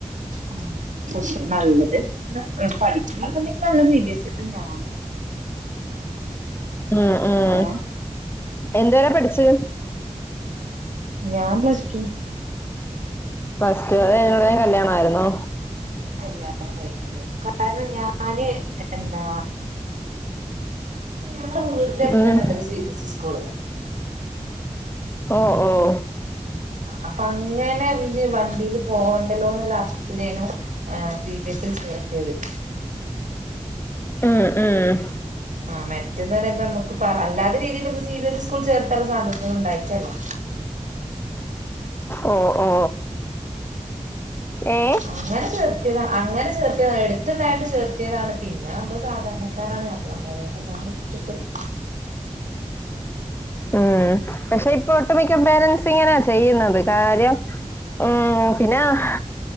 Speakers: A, on the right; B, on the left.
A: ഉം നല്ലത് പഠിച്ചുണ്ടെങ്കിൽ നല്ലത് ബി ബി എസ് തന്നെയ ആണ്
B: ഉം ഉം
A: ഏഹ്
B: എന്ത വരാ പഠിച്ചത്
A: ഞാൻ പ്ലസ് ടു
B: പ്ലസ് ടു അത് ഓട കല്യാണ ആയിരുന്നോ
A: കല്യാണം കഴിഞ്ഞു കാരണം ഞാന് എന്താ ഞങ്ങളടെ വീടിന്റെ അടുത്ത്
B: ഉം
A: തന്നെ ഇണ്ട് ഒരു C B S C school
B: ഓ ഓ
A: അപ്പൊ അങ്ങനെ വണ്ടിൽ പോകണ്ടല്ലോ എന്നുള്ള അർത്ഥത്തിലേനും സി ബി എസ്ൽ ചേർത്തിയത് <inaudible>
B: ഉം ഉം
A: ആ മറ്റത് പറയുമ്പോ നമ്മക്ക് പാ. അല്ലാത രീതിയില് പ്പോ C B S C school ചേർത്താൻള്ള സാമ്പത്തികമൊന്നും ഉണ്ടായി ട്ടല്ല
B: ഓ ഓ ഏ
A: അങ്ങനെ ചേർത്തി അങ്ങനെ ചേർ എടുത്തുണ്ടായിണ്ട് ചേർത്തിയതാണ് പിന്നെ നമ്മള് സാധണക്കാരാണ് നമ്മ <unintelligible>
B: ഹും പക്ഷേ ഇപ്പോ ഒട്ട് മിക്ക പേരൻസ് ഇങ്ങനാ ചെയ്യുന്നത് കാര്യം. ഉം പിന്നാഹ്